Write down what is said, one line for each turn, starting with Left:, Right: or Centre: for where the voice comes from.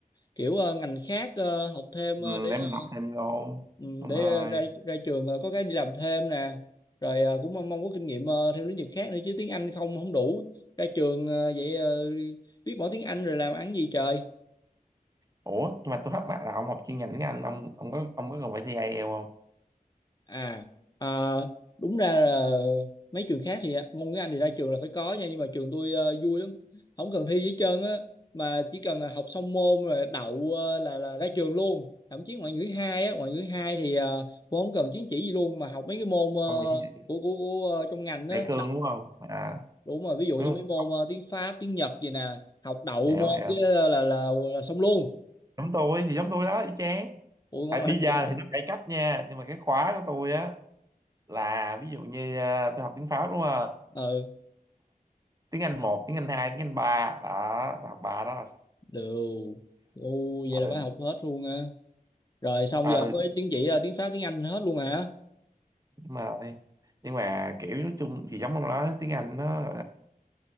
Left: kiểu ờ, ngành khác ờ, học thêm ờ,
Right: ừ,
Left: để
Right: để
Left: ờ,
Right: mình học thêm vô
Left: Ừ,
Right: đúng
Left: để
Right: rồi
Left: ờ, ra ra trường ờ, có cái đi làm thêm nè rồi ờ, cũng mong mong có kinh nghiệm ờ, thêm lĩnh vực khác nữa chứ tiếng Anh không không đủ ra trường ờ, vậy ờ, biết mỗi tiếng Anh rồi làm ăn gì trời
Right: ủa nhưng mà tôi thắc mắc là ông học chuyên ngành tiếng Anh ông ông có ông có cần phải thi IELTS không
Left: à ờ, đúng ra là mấy trường khác thì ờ, ngôn ngữ Anh thì ra trường là phải có nha nhưng mà trường tôi ờ, vui lắm không cần thi gì hết trơn á mà chỉ cần là học xong môn rồi đậu ờ, là là ra trường luôn thậm chí ngoại ngữ hai á ngoại ngữ hai thì ờ, cũng không cần chứng chỉ gì luôn mà học mấy cái môn ờ,
Right: ông nghĩ gì
Left: của của, của ờ, trong ngành á
Right: đại cương
Left: đậu
Right: đúng không à
Left: đúng rồi ví dụ
Right: đúng
Left: như mấy môn
Right: không
Left: ờ, tiếng Pháp tiếng Nhật gì nè học đậu
Right: hiểu
Left: môn
Right: hiểu
Left: cái là, là là là xong luôn
Right: giống tôi thì giống tôi đó y chang
Left: ui ngon
Right: à,
Left: lành
Right: bây giờ
Left: vậy
Right: thì nó cải cách nha nhưng mà cái khóa của tôi á là ví dụ như à, tôi học tiếng Pháp đúng không
Left: ừ
Right: tiếng Anh một tiếng Anh hai tiếng Anh ba đó tôi học ba đó là sao
Left: đều u
Right: ừ,
Left: vậy là phải học hết luôn ha rồi xong
Right: à,
Left: giờ
Right: ừ
Left: với chứng chỉ ờ, tiếng Pháp tiếng Anh hết luôn hả
Right: đúng rồi nhưng mà kiểu nói chung thì giống ông nói tiếng Anh nó